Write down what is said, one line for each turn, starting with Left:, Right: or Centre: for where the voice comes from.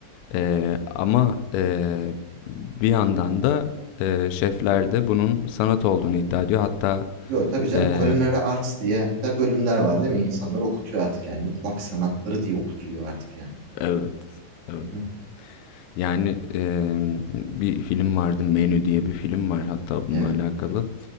Left: Eee, ama eee, bir yandan da eee, şefler de bunun sanat olduğunu iddia ediyor. Hatta
Right: Yo tabii canım
Left: eee,
Right: culinary arts diye hatta bölümler var değil mi? İnsanlar okutuyor artık yani. Mutfak sanatları diye okutuluyor artık yani.
Left: evet evet.
Right: Hı hı.
Left: Yani eee, bir film vardı Menü diye bir film var hatta bununla
Right: Evet.
Left: alakalı.